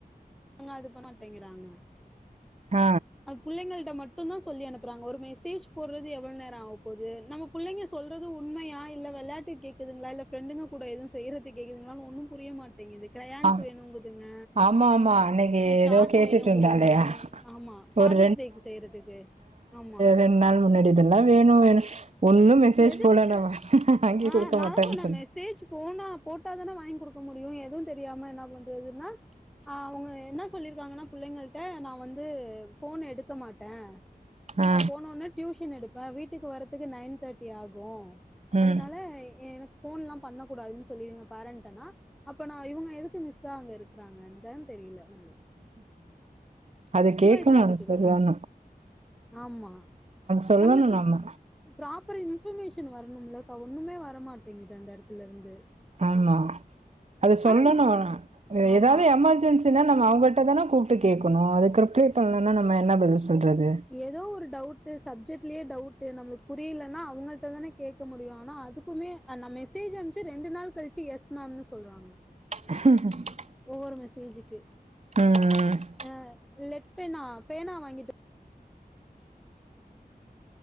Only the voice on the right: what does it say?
ஆ
ஆ
ஆமா ஆமா அன்னைக்கு
ஏதோ கேட்டுட்டு
இருந்தாலயா
ஒரு
ரெண்ட் நாள் முன்னாடி இதெல்லா வேணு வேணு ஒன்னு மெசேஜ்
போல நா வாங்கி
குடுக்க
மாட்டன்
சொன்ன
ஆ
ம்
அத கேக்கணு
சரிதான
சொல்லணு
நம்ம
ஆமா அது சொல்லனு
ஏதாவது எமர்ஜென்சின்னா நம்ம அவங்கட் ட தான கூப்டு கேகணு அதுக்கு ரிப்ளை பண்லனா நம்ம என்ன பதில் சொல்றது
<inaudible>
அ அ